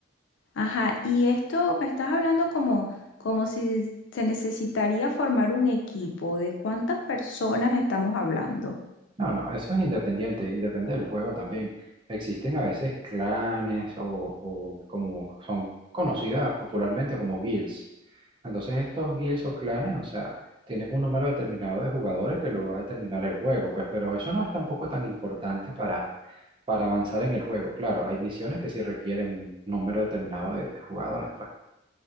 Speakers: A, on the left; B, on the right.
A: Ajá, y esto me estás hablando como, como si se necesitaría formar un equipo. ¿De cuántas personas estamos hablando?
B: No, no, eso es independiente y depende del juego también. Existen a veces clanes o, o como son conocidas popularmente como guilds. Entonces estos guilds o clanes, o sea, tienen un número determinado de jugadores que lo va a determinar el juego, pues, pero eso no es tampoco tan importante para, para avanzar en el juego. Claro, hay misiones que sí requieren un número determinado de de jugadores, pues.